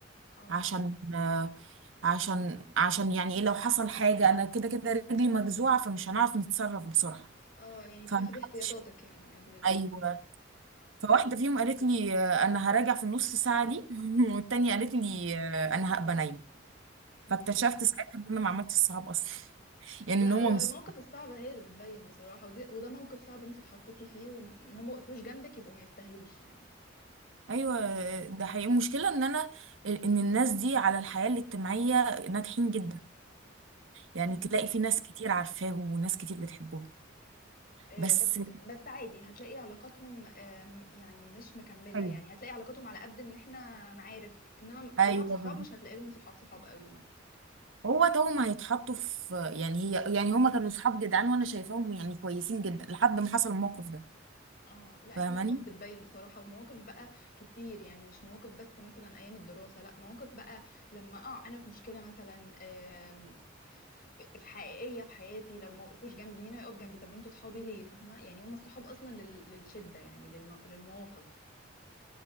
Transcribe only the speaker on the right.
عشان آه، عشان عشان يعني ايه لو حصل حاجة انا كده كده رجلي مجزوعة فمش هنعرف نتصرف بسرعة
فمحدش
ايوه فواحدة فيهم قالت لي آه، انا هراجع في النص ساعة دي <laughs> والتانية قالت لي آه، انا هبقى نايمة
فاكتشفت ساعتها ان انا ما عملتش الصحاب اصلا <laughs> يعني
ان هما
مش
صحاب.
ايوه آه، ده حقيقي المشكلة ان انا ان الناس دي على الحياة الاجتماعية ناجحين جدا يعني تلاقي
في ناس كتير عارفاهم وناس كتير بتحبهم
بس
ايوه
أيوة
هو توم هيتحطوا في يعني هي يعني هما كانوا صحاب جدعان وانا شايفاهم يعني كويسين جدا لحد ما حصل الموقف ده
فاهماني